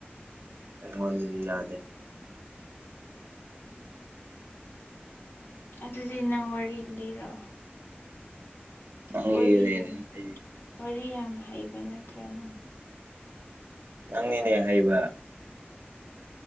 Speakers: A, on the right; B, on the left.
A: ꯑꯩꯉꯣꯟꯗꯗꯤ ꯌꯥꯗꯦ
B: ꯑꯗꯨꯗꯤ ꯅꯪ ꯋꯥꯔꯤ ꯂꯤꯔꯣ
A: ꯅꯪ
B: ꯋꯥꯔꯤ
A: ꯂꯤꯌꯨꯅꯦ
B: ꯌꯥꯝ
A: ꯅꯪ ꯍꯩꯌꯦ
B: ꯋꯥꯔꯤ ꯌꯥꯝ ꯍꯩꯕ ꯅꯠꯇ꯭ꯔꯅ
A: ꯅꯪꯅꯤꯅꯦ ꯍꯩꯕ